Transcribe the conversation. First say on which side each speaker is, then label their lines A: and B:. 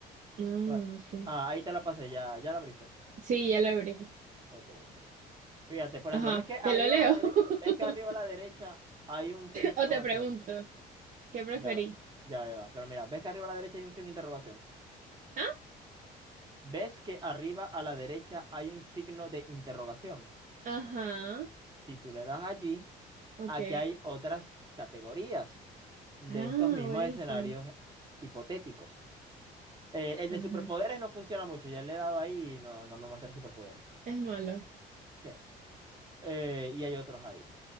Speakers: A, on the right; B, on the right.
A: Ah,
B: Bueno,
A: ok.
B: ah, ahí te la pasé, ya, ya la abriste.
A: Sí, ya lo abrí.
B: Ok, ok. Fíjate, por
A: Ajá.
B: ejemplo, ¿ves que arriba
A: ¿Te lo leo?
B: a la derecha,
A: <laughs>
B: ves que arriba a la derecha hay un signo de interrogación?
A: O te pregunto. ¿Qué preferí?
B: Ya, ya Eva. Pero mira, ¿ves que arriba a la derecha hay un signo de interrogación?
A: ¿Ah?
B: ¿Ves que arriba a la derecha hay un signo de interrogación?
A: Ajá.
B: Si tú le das allí,
A: Ok.
B: aquí hay otras categorías de
A: Ah,
B: estos mismos
A: buenísimo.
B: escenarios hipotéticos. Eh, el
A: Ajá.
B: de superpoderes no funciona mucho, ya le he dado ahí y no, no me muestra superpoderes.
A: Es malo.
B: Sí. Eh, y hay otros ahí.